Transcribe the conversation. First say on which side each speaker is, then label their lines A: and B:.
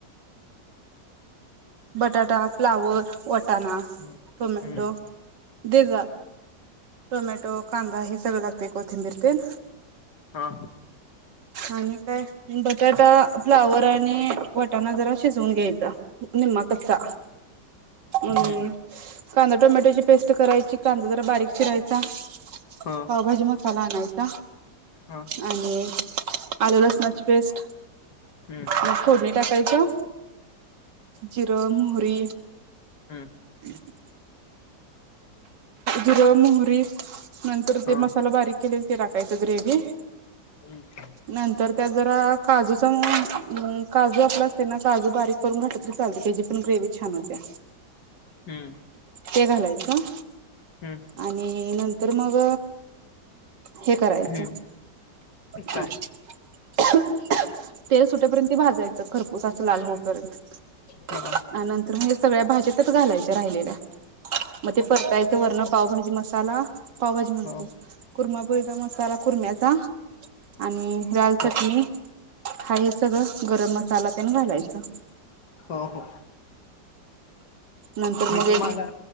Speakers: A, on the right; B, on the left.
A: बटाटा, फ्लावर, वटाणा,
B: हम्म.
A: टोमॅटो,
B: हम्म
A: दिव्यात टोमॅटो, कांदा, हे सगळं लागतय कोथिंबीर तेन
B: हा.
A: आणि काय बटाटा, फ्लावर आणि वटाणा जरा शिजवून घ्यायचा. निम्मा कच्चा, हम
B: हम्म.
A: कांदा टोमॅटोची पेस्ट करायची, कांदा जरा बारीक चिरायचा.
B: हा.
A: पावभाजी मसाला आणायचा.
B: हा.
A: आणि आलं लसणाची पेस्ट,
B: हमं.
A: फोडणी टाकायचं. जिरं, मोहरी
B: हम.
A: <inaudible> जिरं मोहरी नंतर ते
B: हा
A: मसाला बारीक केले ते टाकायचं ग्रेव्ही.
B: हम्म्.
A: नंतर त्यात जरा काजूचा मंग काजू आपला असते ना काजू बारीक करुन घातली तरी चालते त्याजी पण गिरवी छान होतीया.
B: हम्म.
A: ते घालायचं.
B: हम्म.
A: आणि नंतर मग हे करायचं
B: हम्म
A: अ
B: काय
A: तेल सुटेपर्यंत ती भाजायचं खरपूस असं लाल होऊपर्यंत.
B: हा
A: आणि नंतर म्हणजे सगळ्या भाज्या त्यात घालायच्या राहिलेल्या. मग ते परतायचं वरनं पावभाजी मसाला पावभाजी म्हणतो.
B: हा
A: कुर्मापुरीचा मसाला कुर्म्याचा. आणि लााल
B: हा
A: चटणी हा हे सगळं गरम मसाला तेन घालायचं.
B: हा हा.
A: नंतर
B: मी
A: मग
B: तुम्हाला
A: एक